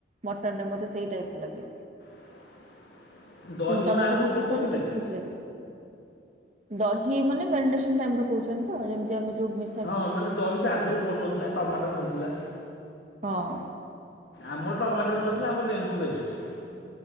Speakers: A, on the right (about 40°); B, on the left (about 65°).
A: ମଟନରେ ମତେ ସେଇ ଟାଇପ ଲାଗେ।
B: <inaudible>
A: କିନ୍ତୁ ଟମାଟୋ
B: କ'ଣ ଆଗରୁ
A: ପକେଇି
B: ପକାଉଥିଲେ
A: କଲେ ଟିକେ ଠିକ୍ ଲାଗେ। ଦହି ମାନେ ମ୍ୟାରନେସନ ଟାଇମରେ କୋହୁଚନ୍ତି ତ ଯେମିତି ଆମେ ଯୋଉ ମି
B: ହଁ ମାନେ ଦହି ତ ଆଗରୁ ପଡ଼ୁନଥିଲା ଟମାଟର ପଡ଼ୁଥିଲା।
A: ହଁ।
B: ଆମର ଟମାଟର ନଥିଲା ଆମର ଲେମ୍ବୁ ବେଷ୍ଟ।